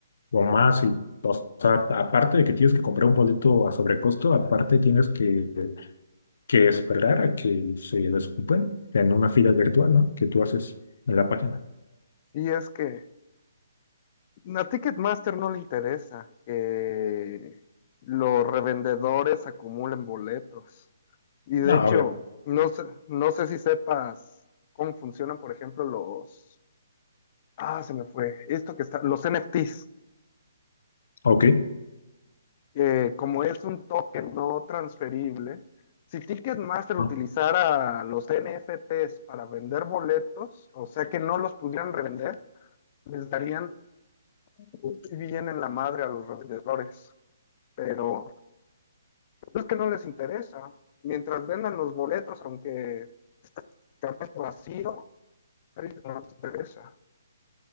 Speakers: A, on the left; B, on the left.
A: o más. Y, o sea, aparte de que tienes que comprar un boleto a sobrecosto, aparte tienes que, que esperar a que se desocupen en una fila virtual, ¿no? Que tú haces en la página.
B: Y es que A Ticketmaster no le interesa que los revendedores acumulen boletos. Y de
A: No,
B: hecho,
A: obvio.
B: no sé, no sé si sepas cómo funcionan, por ejemplo, los... Ah, se me fue. Esto que está... Los NFTs.
A: Ok.
B: que como es un token no transferible, si Ticketmaster utilizara
A: No,
B: los NFTs para vender boletos, o sea que no los pudieran revender, les darían muy bien en la madre a los revendedores. Pero Pues es que no les interesa. Mientras vendan los boletos, aunque esté prácticamente vacío, a ellos no les interesa.